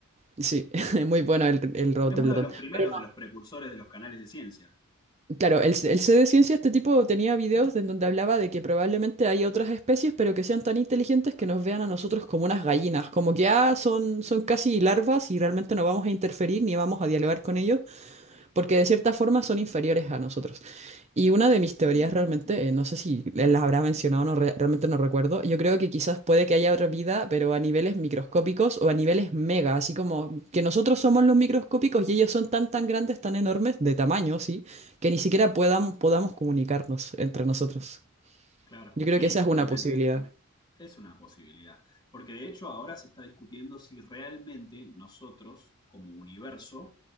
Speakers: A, on the right (about 30°); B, on the left (about 20°).
A: Sí, <laughs> muy bueno el, el Robot
B: Es
A: de
B: uno
A: Platón.
B: de los primeros
A: Pero
B: de los precursores de los canales de ciencia.
A: no, claro, el, C- el C de Ciencia, este tipo tenía videos en donde hablaba de que probablemente hay otras especies, pero que sean tan inteligentes que nos vean a nosotros como unas gallinas. Como que, ah, son, son casi larvas y realmente no vamos a interferir ni vamos a dialogar con ellos, porque de cierta forma son inferiores a nosotros. Y una de
B: Ujú.
A: mis teorías realmente, eh, no sé si las habrás mencionado, no re- realmente no recuerdo, yo creo que quizás puede que haya otra vida, pero a niveles microscópicos o a niveles mega, así como que nosotros somos los microscópicos y ellos son tan tan grandes, tan enormes, de tamaño, sí, que ni siquiera puedan, podamos comunicarnos entre nosotros.
B: Claro,
A: Yo
B: sí,
A: creo que esa
B: totalmente.
A: es una posibilidad.
B: Es una posibilidad. Porque de hecho ahora se está discutiendo si realmente nosotros, como universo,